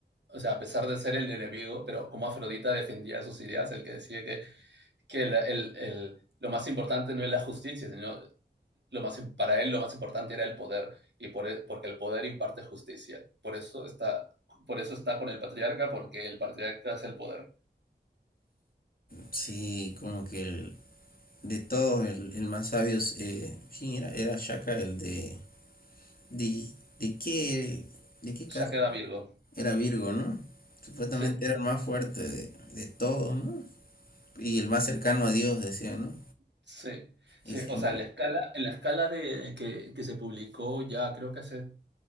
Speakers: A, on the right; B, on the left.
A: o sea, a pesar de ser el enemigo, pero cómo Afrodita defendía sus ideas, el que decía que, que la- el- el- lo más importante no es la justicia, sino lo más, para él lo más importante era el poder y por, e, porque el poder imparte justicia. Por eso, está, por eso está con el patriarca, porque el patriarca es el poder.
B: Sí, como que el- de todos, el, el más sabio. es, eh, ¿quién era? Era Shaka, el de. ¿De, de qué? ¿De qué casa?
A: Ya queda Virgo.
B: Era Virgo, ¿no? Supuestamente
A: Sí,
B: era el más fuerte de, de todos, ¿no? Y el más cercano a Dios, decían, ¿no?
A: sí, sí.
B: Y siempre,
A: O sea, en la escala, en la escala de, que, que se publicó ya creo que hace